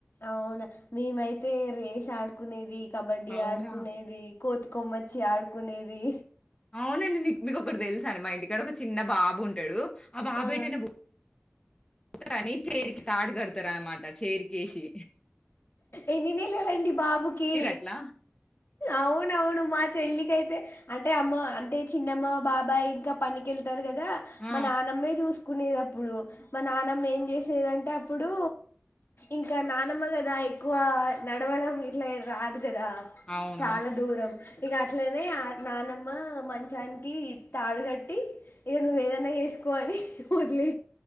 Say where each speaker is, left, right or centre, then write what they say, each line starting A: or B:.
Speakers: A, on the left (about 55°); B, on the left (about 20°).
A: అవునా మేమైతే రేస్ ఆడుకునేది కబడ్డీ
B: అవునా
A: ఆడుకునేది కోతి కొమ్మచ్చి ఆడుకునేది
B: అవునండి నీకు మీకు ఒక్కటి తెలుసాండి మా ఇంటికాడ ఒక చిన్న బాబు ఉంటాడు అ బాబేటి
A: ఆ
B: బు తని తీరికి తాడు గడతార అనమాట చే కేేసి
A: ఎన్ని నెలలండి బాబుకి
B: అట్లా?
A: అవునవును మా చెల్లికైతే అంటే అమ్మ అంటే చిన్నమ్మ బాబాయ్ ఇంకా పనికెళ్తార్ కదా దా
B: ఆ!
A: మ నానమ్మే చూసు కునేది అప్పుడు మా నానమ్మ ఏం చేసేదంటే అప్పుడు ఇంకా నానమ్మ కదా ఎక్కువ నడవడం ఇట్లా రాద్ కదా
B: అవునవును.
A: చాలా దూరం ఇక అట్లనే ఆ నానమ్మ మంచానికి తాడుగట్టి ఇక నువ్వ ఏదన్నా చేసుకో అని వదిలే